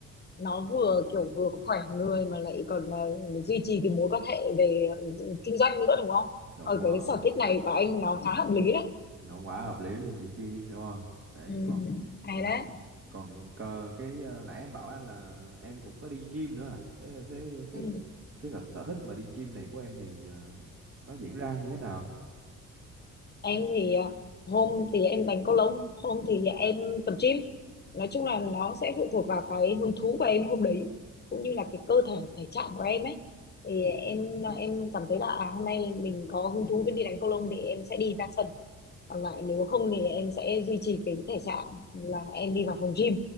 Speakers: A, on the left; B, on the right.
A: Nó vừa kiểu vừa khỏe người mà lại còn ờ, duy trì cái mối quan hệ về ờ, kinh doanh nữa đúng không?
B: đúng
A: Ở
B: rồi
A: cái sở thích này của anh nó khá hợp lý đấy.
B: mà quả hợp lý luôn này chứ đúng không đấy
A: Ừ,
B: còn
A: hay
B: ừ,
A: đấy.
B: còn có cái ờ, nãy em bảo anh là em cũng có đi gym nữa à thế, thế cái
A: Ừ.
B: cái sở, sở thích mà đi gym này của em thì ờ, nó diễn ra như thế nào
A: em thì à, hôm thì em đánh cầu lông hôm thì em tập gym nói chung là nó sẽ phụ thuộc vào cái hứng thú của em hôm đấy cũng như là cái cơ thể thể trạng của em ấy thì em em cảm thấy là à, hôm nay mình có hứng thú với đi đánh cầu lông thì em sẽ đi ra sân còn lại nếu không thì em sẽ duy trì cái thể trạng là em đi vào phòng gym